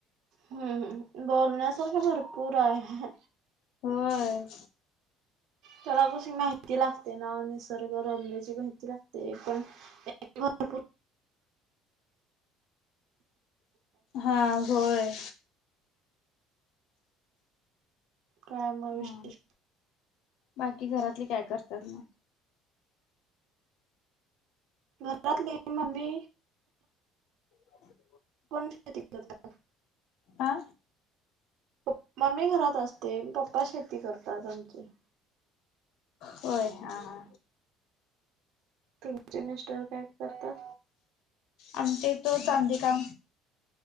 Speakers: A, on the right; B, on the left.
A: हम्म बोलण्यासारखं भरपूर आहे
B: होय
A: त्याला कशी माहिती लागते ना निसर्ग रमण्याची माहिती लागते पण भरपूर
B: हा होय
A: काय मग विशेष
B: हा बाकी घरातले काय करतात म
A: घरात नाही मम्मी
B: ह
A: पण शेती करतात
B: हा
A: ् मम्मी घरात असते पप्पा शेती करतात आमची
B: होय हा हा
A: तुमचे मस्टर काय करतात
B: आमच्या तो चांदी का